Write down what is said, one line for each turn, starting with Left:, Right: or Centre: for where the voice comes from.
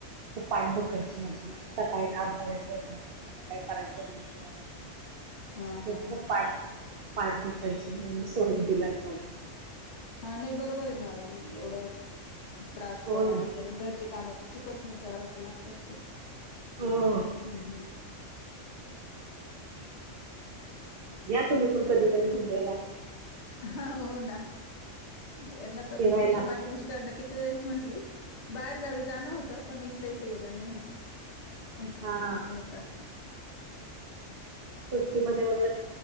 Right: खूप पाठबुक बकायची माझी असंकाळी काम करायचं घरातलं संध्याकाळी करायचं दिवसभराातपासून
Left: हा हा
Right: त खूप
Left: हा
Right: पा
Left: हा
Right: पाठ दुखयची म्हणून मी सोडून दिला जॉब
Left: हा नाही बरोबर आहे ना मग एवढं त्रास
Right: हो
Left: पण
Right: ना
Left: आणि पण घरचे काम चुकत नाही करावं तर लागतच ते हम्म
Right: हो
Left: हम्
Right: घ्या तुम्ही पण कधीतरी मुंबईला
Left: हा हो ना यांना तर
Right: फिरायला
Left: मी किती माझ्या मिस्टरन किती तेळेस म्हंटली बाहेरगावी जाणं होत पण इथलं इथ येणं नाही होत ह
Right: हा
Left: असं होत
Right: सुट्टीमध्ये वगैरे